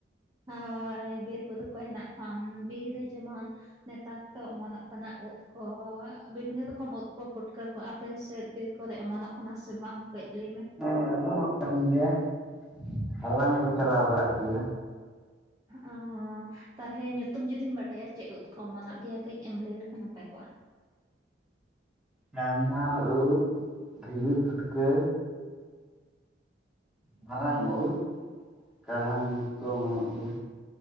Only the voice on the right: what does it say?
ᱦᱚᱭ ᱵᱤᱨ ᱵᱩᱨᱩ ᱠᱚ ᱦᱮᱱᱟᱜ ᱠᱷᱟᱱ ᱵᱤᱨ ᱨᱮ ᱡᱮᱢᱚᱱ᱾ ᱱᱮᱛᱟ ᱛᱚ ᱚᱢᱚᱱᱚᱜ ᱠᱟᱱᱟ ᱩᱫ ᱠᱚ ᱵᱤᱵᱷᱤᱱᱱᱚ ᱨᱚᱠᱚᱢ ᱩᱫ ᱠᱚ ᱯᱩᱴᱠᱟᱹ ᱠᱚ ᱟᱯᱮ ᱥᱮᱫ ᱵᱤᱨ ᱠᱚᱨᱮ ᱚᱢᱚᱱᱚᱜ ᱠᱟᱱᱟ ᱥᱮ ᱵᱟᱝ ᱠᱟᱹᱡ ᱞᱟᱹᱭᱢᱮ᱾
ᱚᱻ ᱛᱟᱦᱚᱞᱮ ᱧᱩᱛᱩᱢ ᱡᱩᱫᱤᱢ ᱵᱟᱰᱟᱭᱟ ᱪᱮᱫ ᱩᱫ ᱠᱚ ᱚᱢᱚᱱᱚᱜ ᱜᱮᱭᱟ ᱠᱟᱹᱡ ᱮᱢ ᱞᱟᱹᱭ ᱞᱮᱠᱷᱟᱡ ᱱᱟᱯᱟᱭ ᱠᱚᱜᱼᱟ᱾
ᱚ